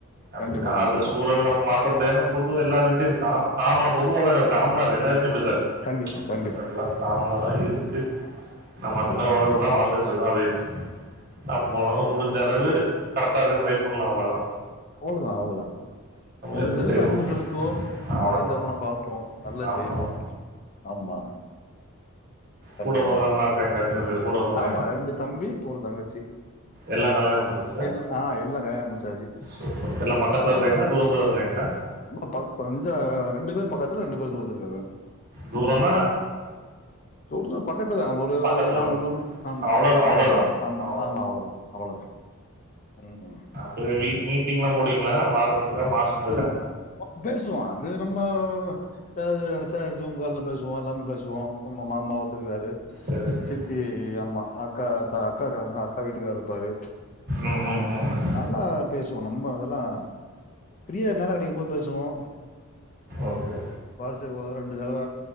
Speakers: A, on the right (about 45°); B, on the left (about 35°).
A: அது
B: கண்டிப்பா
A: கால
B: கண்டிப்பா
A: சூழல் நம்ம மாத் த்த முடியாதுனா பொதுவா எல்லாருவிட்டயு இதுக் கா காம பொதுவா தான இருக்கு காமனா இருக்கு எல்லாரு <unintelligible> இப்டிதா
B: கண்டிப்பா கண்டிப்பா
A: அது எல்லா காமனா தா இருக்கு நம்ம அந்த
B: ஓகே
A: மாரி வ வா வாழ்ந்துட்டு இருக்குறோ அதே நம்மலு முடிஞ்ச அளவு கரெக்ட்டா இருக்க ட்ரைப் பண்ணலா அவ்ளோ தா
B: அவ்ளோதா அவ்ளோதா முடிஞ்சது
A: எதுவும் செய்ய
B: அன்பு
A: முடியும்
B: செலுத்துவோம்
A: அவ்வளவுதான்
B: தாய் தகப்பனா பாப்போம் நல்லது
A: ஆமா
B: செய்வோம் ஆமா கண்டிப்பா
A: கூட பொறந்தவங்களா இருக்காங்கல எத்தன பேர் கூட பிறந்தாங்க
B: ஆமா ரெண்டு தம்பி ஒரு தங்கச்சி
A: எல்லா கல்யாணம் முடிஞ்சுருச்சா
B: எல்லாம் ஆ எல்லாம் கல்யாணம் முடிச்சாச்சு
A: சூப்பர் எல்லா பக்கத்துல
B: ஆமா
A: இருக்காங்களா
B: ஆமா
A: தூரம் <unintelligible> இருக்காங்களா
B: ஆமா பக் கொஞ்ச ரெண்டு பேர் பக்கத்துல ரெண்டு பேர் தூரத்துல இருக்காங்க
A: தூரன்னா
B: தூர்னா பக்கத்துல தா ஒரு
A: பக்கத்துல
B: ஒரு நாலு கிலோமீட்டர் ஆமா
A: அவ்ளோ
B: <unintelligible>
A: அவ்ளோதா
B: ஆமா
A: அவ்ளோ
B: ஆமா அவ்ளோதா அவ்ளோதா ம் ம்
A: அப்போ வீட் மீட்டிங்லா போடுவீங்களா வாரத்துக்கா மாசத்துக்கா
B: ஃபஸ்ட்டு பேசுவோ அது நம்ம வ் செட் ஆகாது நெனச்சா ஜூம் கால்ல பேசுவோ எல்லாமே பேசுவோ நம்ம மாமா ஒருத்தருக்காரு
A: சரி சரி
B: சித்தி அம்மா அக்கா தா அக்கா இருக்காங்க அக்கா வீட்டுக்காரு இருப்பாரு
A: ம் ம் ம் ம்
B: நல்லா பேசுவோ நம்ம அதெல்லா ஃபிரீயா நேர கெடைக்கு போது பேசுவோ
A: ஓகே
B: வருஷத்துக்கு ஒரு தடவ ரெண்டு தடவ